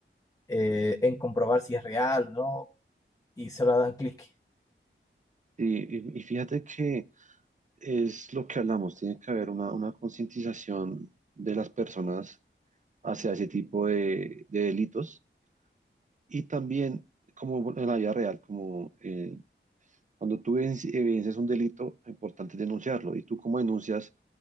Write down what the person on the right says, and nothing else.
Y, y- y fíjate que es lo que hablamos, tiene que haber una, una concientización de las personas hacia ese tipo de, de delitos y también como en la vida real, como eh, Cuando tú evi- evidencias un delito, lo importante es denunciarlo. ¿Y tú cómo denuncias